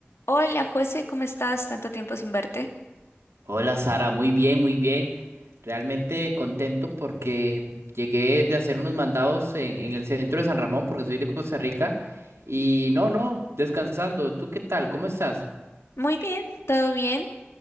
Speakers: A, on the left; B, on the right.
A: Hola José, ¿cómo estás? Tanto tiempo sin verte.
B: Hola Sara, muy bien, muy bien. Realmente contento porque llegué de hacer unos mandados en, en el centro de San Ramón, porque soy de Costa Rica. Y no, no, descansando. ¿Tú qué tal? ¿Cómo estás?
A: Muy bien, todo bien.